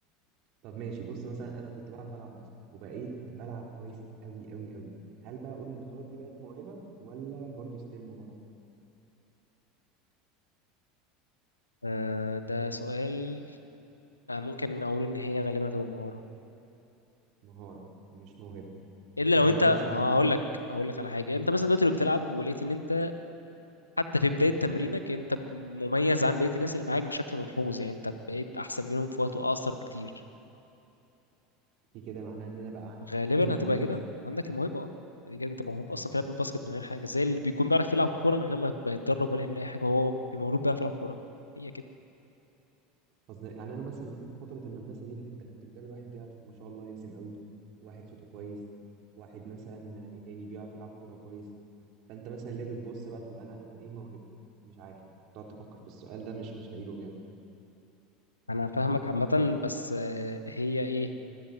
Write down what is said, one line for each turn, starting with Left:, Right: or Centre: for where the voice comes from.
Right: طب ماشي بص مثلا انا كنت بعرف العب باسكت وبقيت بلعب كويس قوي قوي قوي هل بقى اقول ان خلاص دي بقت موهبه ولا برضو ستيل مهاره
Left: آه ده سؤال آه ممكن اقول ان هي غالبا هتبقى مهاره
Right: مهاره مش موهبه
Left: الا
Right: قصدي
Left: لو انت
Right: لو
Left: ما
Right: مثلا انا بعد
Left: اقول لك اقول لك على حاجه انت مثلا دلوقتي لو بتلعب ولقيت ان انت حتى في بدايه تمرينك انت مميز عن بقيه الناس اللي معاك بشكل ملحوظ يعني انت بقيت احسن منهم في وقت اقصر بكتير
Right: دي كده معناها ان انا بقى عن-
Left: غالبا
Right: عندي الموهبه
Left: هتبقى كده
Right: اصلا
Left: عندك الموهبه اه يعني كده انت موهوب اصلا
Right: اه
Left: في لعب الباسكت من غير حاجه زي اللي بيكون بيعرف يلعب كوره من غير ما بيتدرب ولا يعمل اي حاجه هو مولود بيعرف يلعب كوره هي كده
Right: قصدي يعني انا مثلا في فتره المدرسه دي انت كنت بتقابل واحد بيعرف ما شاء الله يرسم قوي واحد صوته كويس واحد مثلا ايه تاني بيعرف يلعب كوره كويس فانت مثلا ليه بتبص بقى طب انا انا ايه موهبتي مش عارف تقعد تفكر في السؤال ده مش مش لاقي له اجابه
Left: انا فاهمك عامه بس آه، هي ايه